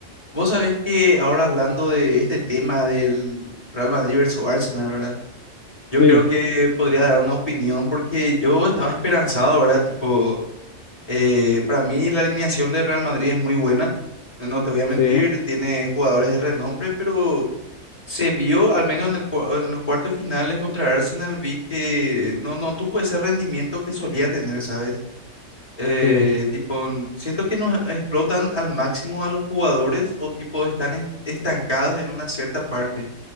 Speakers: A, on the left; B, on the left.
A: Vos sabés que ahora hablando de este tema del Real Madrid versus Arsenal, ¿verdad? Yo
B: Sí,
A: creo que podría dar una opinión porque yo estaba esperanzado, ¿verdad? Tipo, eh, para mí la alineación del Real Madrid es muy buena, no te voy a mentir,
B: sí,
A: tiene jugadores de renombre, pero se vio, al menos en el, cua- en los cuartos finales contra Arsenal, vi que no, no tuvo ese rendimiento que solía tener, ¿sabes? eh,
B: sí,
A: tipo, siento que no explotan al máximo a los jugadores o tipo están en- estancados en una cierta parte.